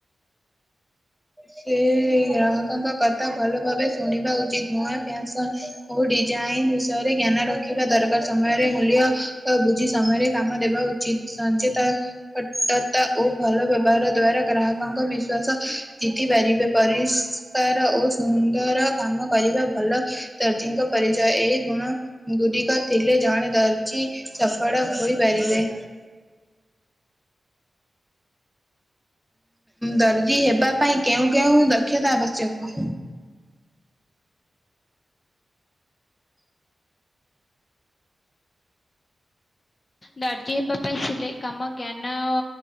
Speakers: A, in the centre; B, on the left.
A: ସେ ଗ୍ରାହକଙ୍କ କଥା ଭଲ ଭାବେ ଶୁଣିବା ଉଚିତ ନୂଆ ଫ୍ୟା ଓ ଡିଜାଇନ ବିଷୟରେ ଜ୍ଞାନ ରଖିବା ଦରକାର ସମୟରେ ମୂଲ୍ୟ ବୁଝି ସମୟରେ କାମ ଦେବା ଉଚିତ୍। ସଚେତଟତା ଓ ଭଲ ବ୍ୟବହାର ଦ୍ଵାରା ଗ୍ରାହକଙ୍କ ବିଶ୍ଵାସ ଜିତି ପାରିବେ ପରିଷ୍କାର ଓ ସୁନ୍ଦର କାମ କରିବା ଭଲ। ଦର୍ଜୀଙ୍କ ପରିଚୟ ଏଇ ଗୁଣ ଗୁଡିକ ଥିଲେ ଜଣେ ଦର୍ଜି ସଫଳ ହୋଇପାରିବେ। ଦର୍ଜି ହେବା ପାଇଁ କେଉଁ କେଉଁ ଦକ୍ଷତା ଆବଶ୍ୟକ?
B: ଦର୍ଜି ହେବା ପାଇଁ ସିଲେଇ କାମ, ଜ୍ଞାନ ଓ